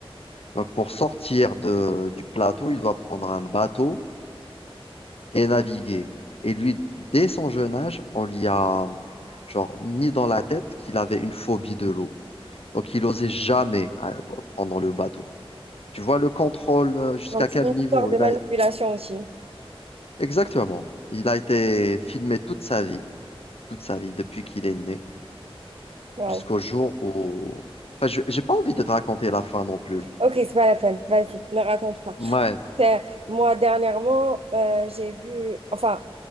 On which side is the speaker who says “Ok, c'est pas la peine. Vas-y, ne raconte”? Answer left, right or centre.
Right